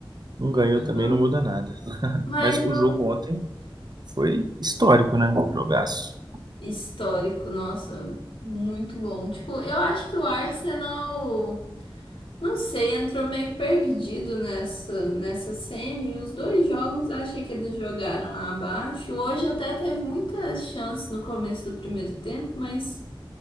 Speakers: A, on the right; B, on the left.
A: não ganhou
B: Hum,
A: também, não muda nada. <laughs>
B: Mas
A: Mas o
B: o
A: jogo ontem Foi histórico, né? Um jogaço.
B: histórico, nossa, muito bom. Tipo, eu acho que o Arsenal, não sei, entrou meio perdido nessa, nessa semi. Os dois jogos eu achei que eles jogaram abaixo. Hoje até teve muitas chances no começo do primeiro tempo, mas